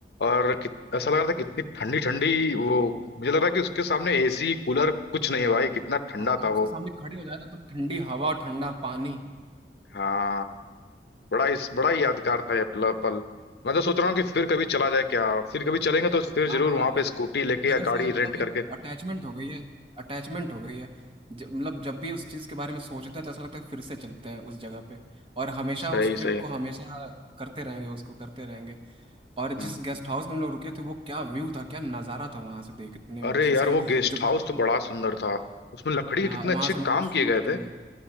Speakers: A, on the left; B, on the right.
A: और कित, ऐसा लग रहा था कितनी ठंडी ठंडी वो मुझे लग रहा है कि उसके सामने एसी कूलर कुछ नहीं है भाई कितना ठंडा
B: हाँ अगर
A: था वो
B: उसके सामने खड़े हो जाए तो, तो ठंडी हवा और ठंडा पानी
A: हाँ बड़ा इस बड़ा ही यादगार था ये पल पल मैं तो सोच रहा हूँ कि फिर कभी चला जाए क्या फिर कभी चलेंगे तो फिर
B: हाँ
A: जरूर
B: हाँ
A: वहां
B: अरे
A: पे स्कूटी लेके
B: उस जगह
A: या
B: से
A: गाड़ी
B: मतलब
A: रेंट करके
B: एक अटैचमेंट हो गई है अटैचमेंट हो गई है ज, मतलब जब भी उस चीज़ के बारे में सोचते हैं तो ऐसा लगता है फिर से चलते हैं उस जगह पे और हमेशा
A: सही
B: उस ट्रिप
A: सही
B: को हमेशा करते रहेंगे उसको करते रहेंगे और
A: हम्म
B: जिस गेस्ट हाउस में हम लोग रुके थे वो क्या व्यू था क्या नज़ारा था वहां से देखने
A: अरे
B: में जैसे
A: यार वो गेस्ट
B: जो बालकनी
A: हाउस तो बड़ा
B: में हम लोग
A: सुंदर था उसमें लकड़ी के
B: हाँ
A: कितने
B: वहाँ
A: अच्छे
B: से हम लोग
A: काम
B: जो
A: किए
B: शूट
A: गए
B: किए
A: थे